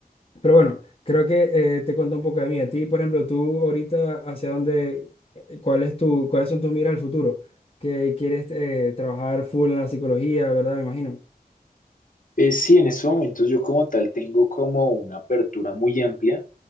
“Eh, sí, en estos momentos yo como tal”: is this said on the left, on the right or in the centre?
Left